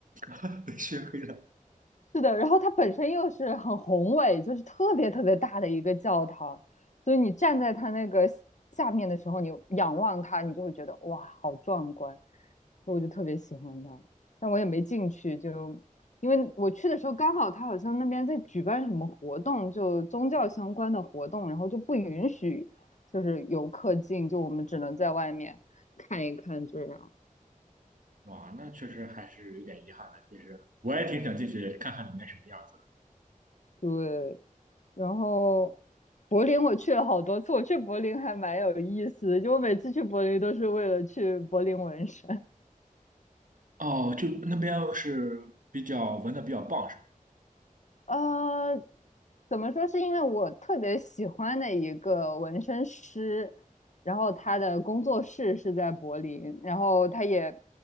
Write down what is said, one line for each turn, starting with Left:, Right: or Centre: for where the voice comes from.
Right: <laughs> 被熏黑了。
Left: 是的，然后它本身又是很宏伟，就是特别特别大的一个教堂，所以你站在它那个下面的时候，你仰望它，你就会觉得哇，好壮观，所以我就特别喜欢它，但我也没进去，就因为我去的时候刚好它好像那边在举办什么活动，就宗教相关的活动，然后就不允许就是游客进，就我们只能在外面看一看这样。
Right: 哇，那确实还是有点遗憾的。其实我也挺想进去看看里面什么样子
Left: 对，然后柏林我去了好多次，我去柏林还蛮有意思的，就我每次去柏林都是为了去柏林纹身。
Right: 的。哦，就那边是比较纹的比较棒，是吗？
Left: 呃，怎么说？是因为我特别喜欢的一个纹身师，然后他的工作室是在柏林，然后他也，